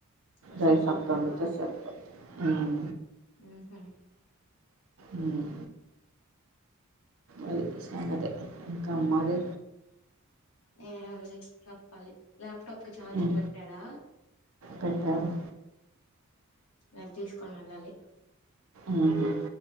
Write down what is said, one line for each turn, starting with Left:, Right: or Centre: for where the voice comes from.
Left: రసం
Right: రైస్
Left: కూడా
Right: ఒకటి
Left: ఉందా
Right: వండితే సరిపోది మ్మ్
Left: మ్మ్ హ్మ్
Right: మ్మ్ అది సంగతి ఇంకేం మరి
Left: ఎం ఉంది చెప్పాలి టప్ కి ఛార్జింగ్
Right: ఊ
Left: పెట్టాడా
Right: పెట్టారు
Left: రేపు తీసుకొని వెళ్ళాలి
Right: మ్మ్ హ్మ్